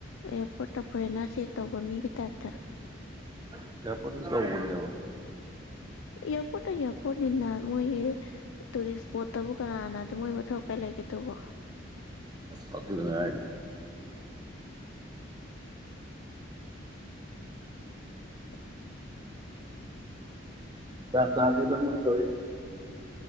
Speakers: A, on the left (about 85°); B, on the right (about 20°).
A: ꯑꯦꯌꯥꯔꯄꯣꯔꯠꯇ ꯐꯣꯔꯦꯅꯔ ꯆꯦꯛ ꯇꯧꯕ ꯃꯤꯒꯤ ꯇꯥꯏꯞꯇ
B: ꯑꯦꯌꯔꯄꯣꯔꯠꯇ ꯇꯧꯕꯅꯦꯕ
A: ꯑꯦꯔꯄꯣꯔꯠꯇ ꯑꯦꯔ ꯄꯣꯔꯠꯅꯦꯅ ꯃꯣꯏꯒꯤ ꯇꯨꯔꯤꯁ ꯁꯄꯣꯠ ꯇꯕꯨ ꯀꯅꯥꯅꯗ ꯗꯨ ꯃꯣꯏ ꯃꯊꯧ ꯕꯂꯩꯒꯦ ꯇꯨꯕꯣ
B: ꯐꯠꯇꯗꯅ ꯌꯥ
A: ꯑꯟꯑꯣꯗꯤꯕꯜ
B: ꯒꯥꯟ ꯇꯥꯗꯦꯗꯃꯣꯏꯟ ꯇꯣꯏꯁꯤ